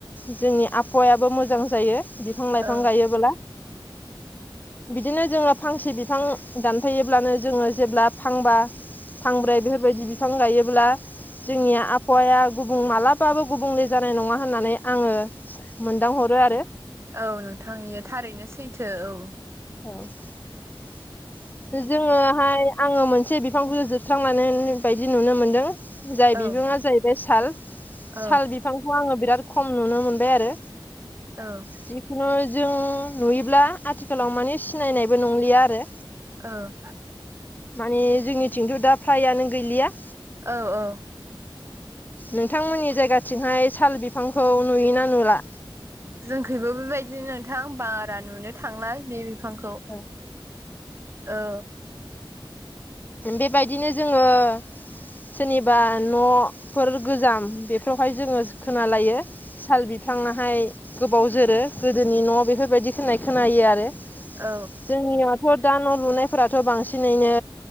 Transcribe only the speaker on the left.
जोंनि आबहावायाबो मोजां जायो बिफां लाइफां
गायोब्ला बिदिनो जोंङो फांसे बिफां दानफैयोब्लानो जोंङो जेब्ला फांबा फांब्रै बेफोरबायदि बिफां गायोब्ला जोंनि आबहावाया गुबुं मालाबाबो गुबुंले जानाय नङा होननानै आङो मोनदां हरो आरो।
औ जोंङोहाय आङो मोनसे बिफां खौ जोबस्रांनानै बायदि नुनो मोनदों। जाय
बिबाङा जाहैबाय साल साल
बिफांखौ आङो बिराद खम नुनो मोनबाय आरो।
जिखुनु जों नुयोब्ला आथिखालाव माने सिनायनायबो नंलिया आरो।
माने जोंनिथिंथ' दा फ्रायानो गैलिया
नोंथांमोननि जायगाथिंहाय साल बिफांखौ नुयोना नुला।
औ
बेबायदिनो जोंङो सोरनिबा न'फोर गोजाम बेफोरावहाय जोंङो खोनालायो। साल बिफांआहाय गोबाव जोरो गोदोनि न' बेफोरबायदि होननाय खोनायो आरो। जोंनियाथ'
दा न' लुनायफोराथ' बांसिनैनो